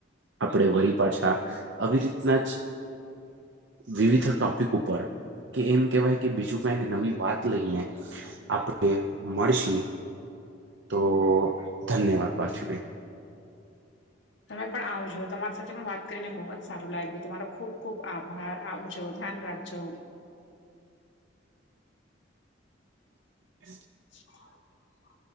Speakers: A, on the right; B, on the left.
A: આપણેે વળી પાછા આવી રીતના જ વિવિધ ટોપિક ઉપર કે એમ કેહેવાય કે બીજું કઈક નવી વાત લઈને આપણે, મળશ તો ધન્યવાદ પાર્થિવ
B: તમે પણ આવજો તમારી સાથે પણ વાત કરીને બહુ જ સારું લાગ્યું, તમારો ખુબ ખુબ આભાર આવજો. ધ્યાન રાખજો
A: <inaudible>
B: <inaudible>